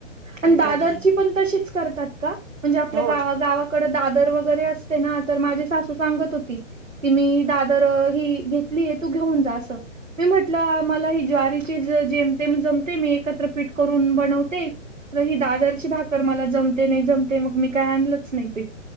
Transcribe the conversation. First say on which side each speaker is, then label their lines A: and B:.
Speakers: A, on the right (about 80°); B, on the right (about 20°).
A: आणि
B: मीठ
A: दादरची
B: वगैरे नाही
A: पण,
B: टाकायचं
A: तशीच करतात का? म्हणजे आपल्या
B: हो.
A: गावा-गावा कड, दादर वगैरे असतेना, तर माझी सासू सांगत होती, की मी दा तर, ही घेतली हे, तू घेऊन जा अस. मी म्हटलं, मला ही ज्वारीची जेमतेम जमते, मी एकत्र पीठ करून बनवते. तर ही, दादरची भाकर मला जमते नाही, जमते मग मी काय आणलंच नाही पीठ.